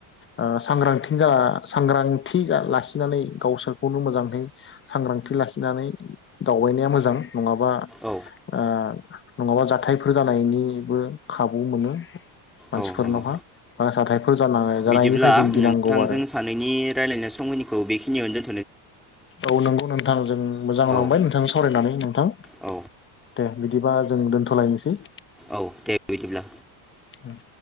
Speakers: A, on the left (about 25°); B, in the centre.
A: ओ सांग्रांथि जाना सांग्रांथि लाखिनानै गावसोरखौनो मोजाङै सांग्रांथि लाखिनानै दावबायनाया मोजां नङा बा
B: औ
A: आ नङाबा जाथायफोर जानायनि बो खाबु मोनो मानसिफोरनावहा।
B: औ नंगौ
A: <unintelligible> जानायनिफ्राय
B: बिदिब्ला
A: जों गिनांगौ
B: नोंथांजों
A: आरो
B: सानैनि रायलायनाय समखिनिखौ बेखि नियाव दोन
A: औ नंगौ नोंथां जों मोजां
B: औ
A: नांबाय नोंथां सावरायनानै नोंथां
B: औ
A: दे। बिदिबा जों दोन्थलायनोसै।
B: औ दे बिदिब्ला।
A: उम